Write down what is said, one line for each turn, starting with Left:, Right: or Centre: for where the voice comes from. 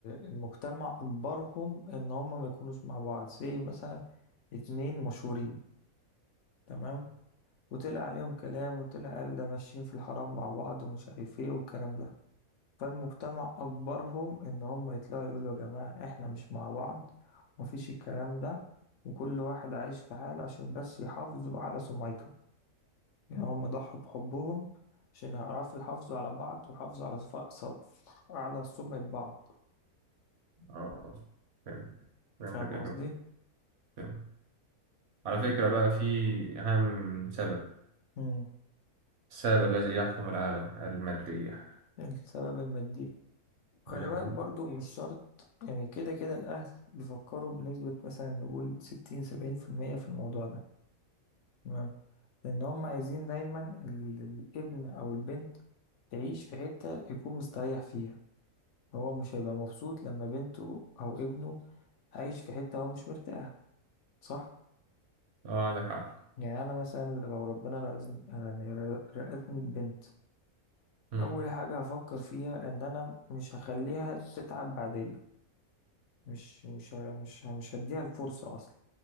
Left: المجتمع أجبرهم إن هم ما يكونوش مع بعض زي مثلا اتنين مشهورين تمام وطلع عليهم كلام وطلع قال ده ماشيين في الحرام مع بعض ومش عارف ايه والكلام ده فالمجتمع أجبرهم إن هم يطلعوا يقولوا يا جماعة احنا مش مع بعض ومفيش الكلام ده وكل واحد عايش في حاله عشان بس يحافظوا على سمعته يعني هم ضحوا بحبهم عشان يعرفوا يحافظوا على بعض ويحافظوا على صف... صف... على سمعة بعض
Right: اه فهمت فهمتك
Left: فاهم
Right: يا جو
Left: قصدي؟
Right: فهمت على فكرة
Left: في
Right: بقى في أهم سبب
Left: مم.
Right: السبب الذي يحكم العالم المادية
Left: السبب المادي خلي
Right: أمم،
Left: بالك برضو مش شرط يعني كده كده الأهل بيفكروا بنسبة مثلا نقول ستين سبعين في المية في الموضوع ده تمام لأن هم عايزين دايما ال- الابن أو البنت تعيش في حتة يكون مستريح فيها هو مش هيبقى مبسوط لما بنته أو ابنه عايش في حتة هو مش مرتاح صح؟
Right: اه عندك حق
Left: يعني أنا مثلا لو ربنا رزقني يعني رزقني ببنت
Right: أمم،
Left: أول حاجة هفكر فيها إن أنا مش هخليها تتعب بعدين مش مش ه- مش ه- مش هديها الفرصة أصلا